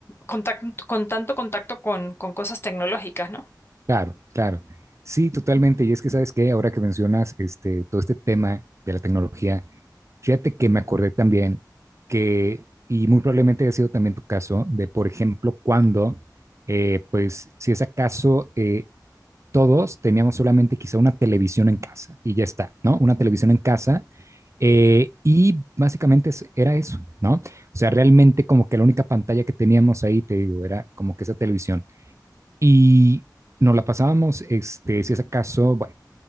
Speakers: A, on the left; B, on the right.
A: contac- con tanto contacto con, con cosas tecnológicas, ¿no?
B: Claro, claro. Sí, totalmente. Y es que, ¿sabes qué? Ahora que mencionas este, todo este tema de la tecnología, fíjate que me acordé también que, y muy probablemente ha sido también tu caso, de, por ejemplo, cuando, eh, pues, si es acaso, eh, todos teníamos solamente quizá una televisión en casa y ya está, ¿no? Una televisión en casa. eh, y básicamente es- era eso, ¿no? O sea, realmente como que la única pantalla que teníamos ahí, te digo, era como que esa televisión. Y nos la pasábamos, este, si es acaso, bueno,